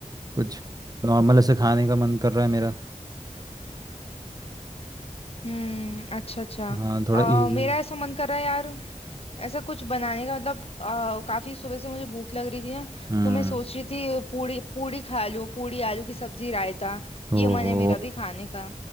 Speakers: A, on the right; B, on the left.
A: कुछ नॉर्मल ऐसे खाने का मन कर रहा है मेरा
B: हम्म अच्छा अच्छा
A: हाँ थोड़ा
B: आ,
A: इजी
B: मेरा ऐसा मन कर रहा है यार ऐसा कुछ बनाने का मतलब आ, काफी सुबह से मुझे भूख लग रही थी ना
A: हम्म
B: तो मैं सोच रही थी पूड़ी पूड़ी खा लूं पूड़ी आलू की सब्जी रायता ये
A: ओहो
B: मन है मेरा भी खाने का